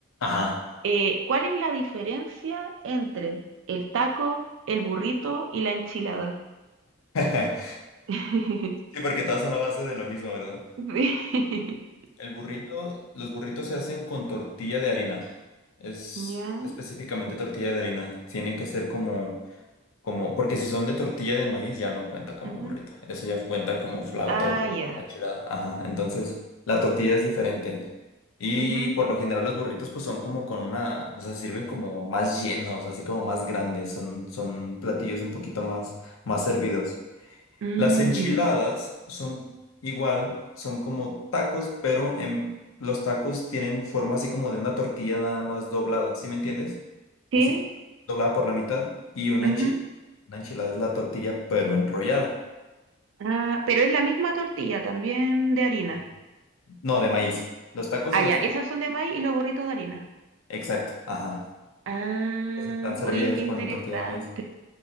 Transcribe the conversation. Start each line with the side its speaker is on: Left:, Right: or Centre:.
Left: Ajá.
Right: Eh, ¿cuál es la diferencia entre el taco, el burrito y la enchilada?
Left: <laughs>
Right: <laughs>
Left: Sí, porque todas son a base de lo mismo, ¿verdad?
Right: Sí. <laughs>
Left: El burrito, los burritos se hacen con tortilla de harina. Es
Right: Ya.
Left: específicamente tortilla de harina. Tienen que ser como, como, porque si son de tortilla de maíz ya no cuenta como
Right: ujú.
Left: burrito. Eso ya cuenta como flauta
Right: Ah,
Left: o como
Right: ya.
Left: achirada. Ajá. Entonces, la tortilla es diferente. Y
Right: ujú.
Left: por lo general los burritos pues son como con una, o sea, sirven como más llenos, así como más grandes. Son, son platillos un poquito más, más servidos.
Right: Mm,
Left: Las enchiladas son igual, son como tacos, pero en, los tacos tienen forma así como de una tortilla nada más doblada, ¿sí me entiendes?
Right: sí.
Left: Así como doblada por la mitad y una
Right: ujú.
Left: enchilada, una enchilada es la tortilla pero enrollada.
Right: Ah, pero es la misma tortilla, también de harina.
Left: Sí. No, de maíz. Los tacos
Right: Ah,
Left: y
Right: ya.
Left: las...
Right: Esas son de maíz y los burritos de harina.
Left: Exacto, ajá.
Right: Ah,
Left: Esas Están servidas
Right: oye, qué interesante.
Left: con tortilla de maíz.